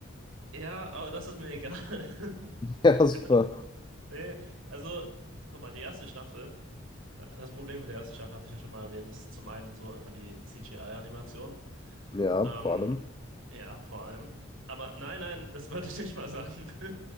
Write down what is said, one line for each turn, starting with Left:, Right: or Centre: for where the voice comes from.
Right: Ja, aber das ist mir egal.
Left: Ja,
Right: <laughs>
Left: super.
Right: Nee, also, guck mal, die erste Staffel, das Problem mit der ersten Staffel hatte ich ja schon mal erwähnt, ist zum einen so einfach die CGI-Animation.
Left: Ja,
Right: Ähm,
Left: vor allem.
Right: ja, vor allem. Aber nein, nein, das würde ich nicht mal sagen. <laughs>